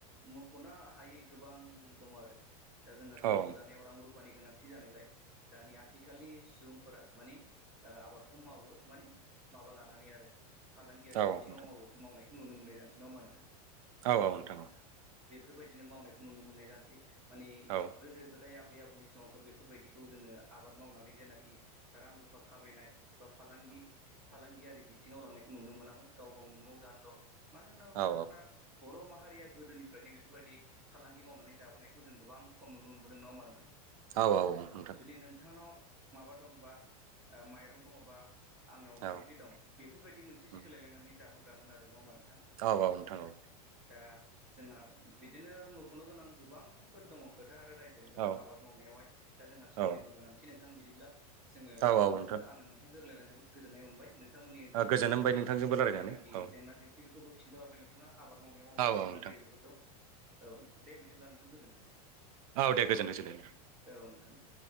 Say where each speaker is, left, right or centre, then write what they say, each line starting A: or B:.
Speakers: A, on the right (about 30°); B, on the right (about 65°).
A: मख'नो हायै गोबां दङ आरो दा जोंहा संसार
B: नोंथां औ
A: जानाय रुफानि गोनांथि जानायलाय दानि आथिखालनि सुबुं फोरा माने ओ आबादखौ मावो माने माबा लानानै आरो। फालांगियारि
B: औ
A: बिथिंङाव
B: नोंथां
A: मावो मावनायखौ नुनो मोननाय जानोसै नङा होनबा नोंथां
B: औ औ नोंथां औ
A: बेफोरबायदिनो मावनायखौ नुनो मोननाय जानोसै माने
B: औ
A: गोदो गोदाय आबै आबौनि समावथ' बे बेफोरबायदिखौ जोङो आबाद मावनानै जेनाखि रां रुफा खामायनाय बा फालांगि फालांगियारि बिथिङाव लांनायखौ नुनो मोनामोन गाव गावनो न'आव जानोल' मानो होनना बुङोब्ला
B: औ
A: जोंना बर' माहारिया गोदोनिफ्रायनो बेफोरबायदि फालांगि मावनानै जाबोनायखौ जों गोबां खम नुनो मोनबोदों ना होमा नोंथां।
B: औ औ नोंथां।
A: जुदि नोंथांनाव माबा दंबा ओ माइरं दङबा आंनाव
B: औ
A: ओंख्रि दं बेफोरबायदि मोनसे
B: उम,
A: सोलायलायनानै जाबोग्रामोन नङा होमबा नों
B: औ नोंथां औ।
A: दा जोंहा बिदिनो मख'नो गोनां गोबांफोर दङ खोथा आरो रायज्लायनो गोनां
B: औ
A: आबाद मावनायावहाय दा जोंहा समनिबो
B: औ
A: गोनांथि नोंथां बिदिब्ला जोङो
B: औ
A: नोंथांजों
B: औ नोंथां
A: आंङो नोंथांजों रलायनानै जोबोद गोजोन्नाय मोनबाय नोंथांमोननि ओनसोलनि
B: गोजोन
A: माखासेे
B: होनबाय नोंथांजोंबो रायलायनानै
A: जेनाखि
B: औ
A: जेंना जेंसि बेखौबो खिन्थाहरबाय नोंथाङा आबाद मावनायाव माबायदि
B: औ
A: जेंना
B: औ नोंथां
A: जायो। बेफोरखौ औ नोंथां दे बिदिब्ला नोंथां गोजोनथोंसै।
B: औ दे गोजोनथोंसै। दे
A: औ नोंथां दे।